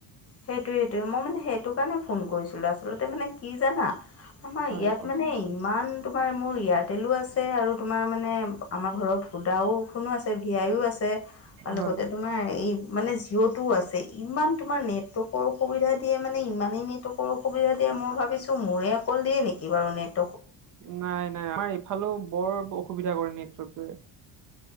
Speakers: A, on the left (about 35°); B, on the right (about 50°).
A: সেইটোৱে সেইটোৱে মই মানে সেইটো কাৰণে ফোন কৰিছিলোঁ আচলতে মানে কি জানা আমাৰ
B: হয়,
A: ইয়াত
B: কওকচোন
A: মানে ইমান তোমাৰ মোৰ এয়াৰটেলো আছে আৰু তোমাৰ মানে আমাৰ ঘৰত ভোদাফনো আছে ভি আাইও আছে আৰু
B: হয়।
A: লগতে তোমাৰ এই মানে জিঅ' টোও আছে ইমান তোমাৰ নেট <unintelligible> অসুবিধা দিয়ে মানে ইমানেই নেটৱৰ্কৰ অসুবিধা দিয়ে মই ভাবিছোঁ মোৰে অকল দিয়ে নেকি বাৰু নেট
B: নাই নাই আমাৰ এইফালে বৰ অসুবিধা কৰে নেটৱৰ্কটোৱে